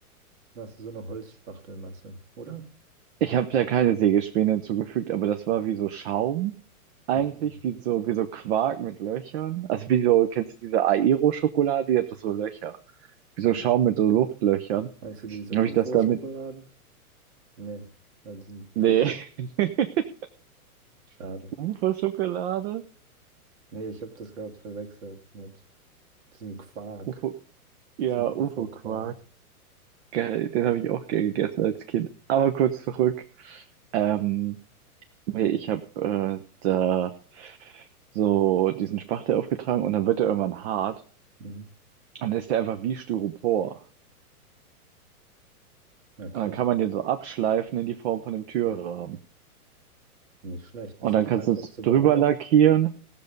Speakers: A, on the right; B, on the right.
A: Dann hast du so eine Holzspachtelmasse, oder?
B: ich habe da keine Sägespäne hinzugefügt, aber das war wie so Schaum eigentlich,
A: Mhm.
B: wie so, wie so Quark mit Löchern. Also wie so, kennst du diese Aero-Schokolade, die hat doch so Löcher. Wie so Schaum mit so Luftlöchern.
A: Meinst du diese
B: Dann
A: UFO-Schokolade?
B: Habe ich das damit,
A: Nee, also ein
B: nee,
A: Pudding?
B: <laughs>
A: Schade.
B: UFO-Schokolade?
A: Nee, ich habe das gerade verwechselt mit Diesem Quark,
B: UFO, ja,
A: diesem
B: UFO-Quark.
A: UFO-Quark.
B: Geil, den habe ich auch gern gegessen als Kind. Aber kurz zurück. Ähm, nee, ich habe äh, da so diesen Spachtel aufgetragen und dann wird er irgendwann hart
A: Mhm.
B: und dann ist der einfach wie Styropor.
A: Ja, krass.
B: Und dann kann man den so abschleifen in die Form von einem Türrahmen.
A: Nicht schlecht.
B: Und
A: Ist
B: dann
A: das
B: kannst
A: einfach
B: du es
A: zu
B: drüber
A: bearbeiten?
B: lackieren.